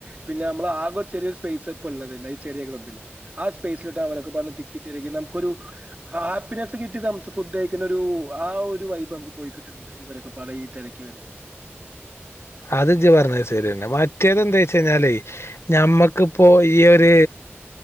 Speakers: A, on the right; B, on the left.
A: പിന്നെ നമ്മള് ആകെ ഒരുചെറിയരു സ്പൈസപ്പ ള്ളത് ന്നെ ഈചെറിയ ക്ലബില് ആ സ്പേസിലിട്ട് അവരൊക്കെ വന്ന് തിക്കി തിരികി നമുക്കൊരു ഹാപ്പിനെസ് കിട്ടി സം ഫുഡ് കഴിക്കുന്ന ഒരു ആ ഒരു വൈബ് നമുക്ക് പോയി കിട്ടുന്നുണ്ട് ഇവരൊക്ക പാട ഈ തിരക്കി വരുമ്പോ
B: അത് ഇജ്ജ് പറഞ്ഞത് ശരിയന്നെ മറ്റേത് എന്താ വെച്ച കഴിഞ്ഞാലേ നഞമ്മക്കിപ്പോ ഈ ഒരു